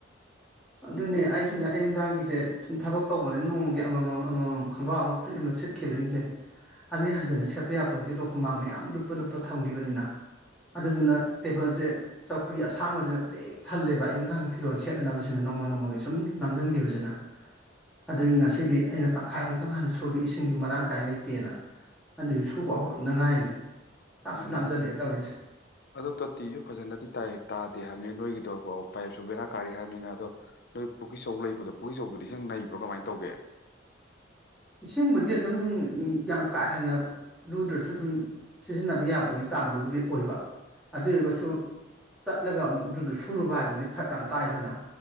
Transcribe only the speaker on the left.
ꯎꯝ
ꯑꯗꯣ ꯇꯣꯠꯇꯤꯁꯨ ꯐꯖꯅꯗꯤ ꯇꯥꯏ ꯇꯥꯗꯦ ꯍꯥꯏꯕꯅꯤ ꯅꯣꯏꯒꯤꯗꯤ ꯑꯗꯣ ꯄꯥꯏꯞꯁꯨ ꯕꯦꯔꯥ ꯀꯥꯔꯤ ꯍꯥꯏꯕꯅꯤꯅ ꯑꯗꯣ ꯅꯣꯏ ꯄꯨꯛꯀꯤ ꯆꯧ ꯂꯩꯕꯗꯣ ꯄꯨꯛꯀꯤ ꯆꯧꯗꯨꯗꯤ ꯏꯁꯤꯡ ꯅꯩꯕ꯭ꯔꯣ ꯀꯃꯥꯏꯅ ꯇꯧꯒꯦ